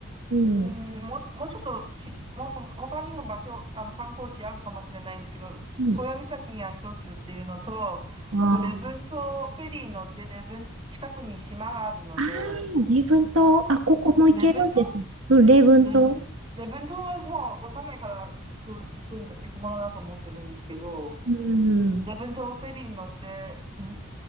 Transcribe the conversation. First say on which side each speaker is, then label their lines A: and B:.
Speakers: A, on the right; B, on the right.
A: うん。
B: うん、もう、もうちょっとち、もうほ他にも場所、あの、観光地あるかもしれないんですけど、
A: うん。
B: 宗谷岬が一つっていうのと、
A: あー
B: あと、礼文島、フェリーに乗って、礼文、近くに島があるので、
A: あー、礼文島。あ、ここも行けるんですね。
B: 礼文島
A: うん、礼文島。
B: 礼文、礼文島はもうわかんないから行く、行くんだ、行くものだと思ってるんですけど、
A: うん。
B: 礼文島フェリーに乗って、に、